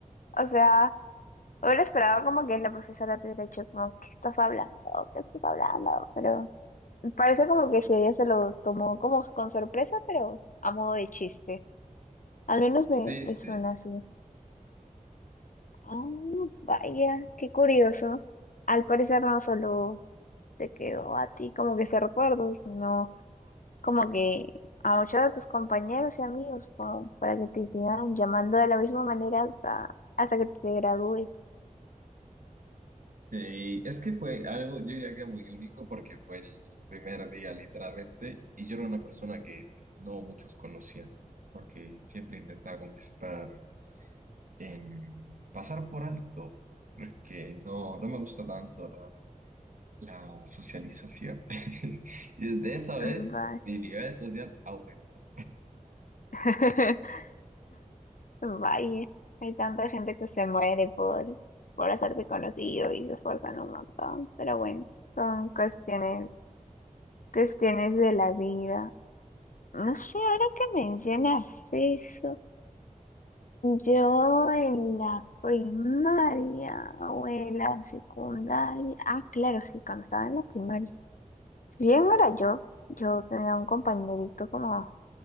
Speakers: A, on the left; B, on the right.
A: o sea, hubiera esperado como que la profesora te hubiera dicho como, ¿qué estás hablando? ¿Qué estás hablando? Pero parece como que si ella se lo tomó como con sorpresa, pero a modo de chiste. Al menos me,
B: Sí,
A: me
B: sí.
A: suena así. Ah, vaya, qué curioso. Al parecer no solo te quedó a ti como que ese recuerdo, sino como que a muchos de tus compañeros y amigos, como para que te sigan llamando de la misma manera hasta, hasta que te gradúes.
B: Sí, es que fue algo, yo diría que muy único porque fue el primer día literalmente y yo era una persona que pues, no muchos conocían porque siempre intentaba conquistar en pasar por alto porque no, no me gusta tanto la, la socialización <laughs> y desde esa vez
A: Mm, va-
B: mi nivel social aumentó.
A: <laughs> Vaya, hay tanta gente que se muere por, por hacerte conocido y se esfuerzan un montón, pero bueno, son cuestiones, cuestiones de la vida. No sé, ahora que mencionas eso. Yo en la primaria o en la secundaria, ah, claro, sí, cuando estaba en la primaria. Si bien no era yo, yo tenía un compañerito como